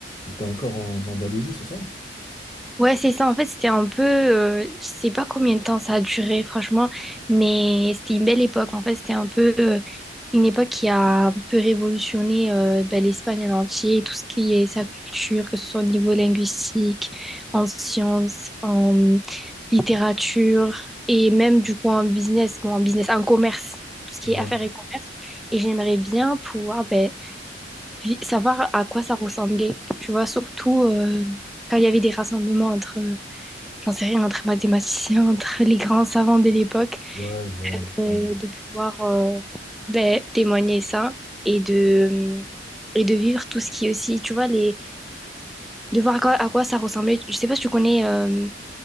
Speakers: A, on the left (about 25°); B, in the centre.
A: étaient encore en Andalousie, c'est ça?
B: Ouais, c'est ça. En fait, c'était un peu, euh, je sais pas combien de temps ça a duré, franchement, mais c'était une belle époque. En fait, c'était un peu euh, une époque qui a un peu révolutionné euh, ben, l'Espagne en entier, tout ce qui est sa culture, que ce soit au niveau linguistique, en sciences, en littérature et même du coup en business, bon, en business, en commerce, tout ce qui
A: Ouais,
B: est affaires et commerce. Et j'aimerais bien pouvoir ben, vi- savoir à quoi ça ressemblait, tu vois, surtout euh, quand il y avait des rassemblements entre j'en sais rien, entre mathématiciens, entre les grands savants de l'époque,
A: ouais, je vois.
B: euh,
A: Ouais,
B: de pouvoir euh, ben, témoigner ça et de, euh, et de vivre tout ce qui est aussi, tu vois, les, de voir à quoi, à quoi ça ressemblait. Je sais pas si tu connais, euh,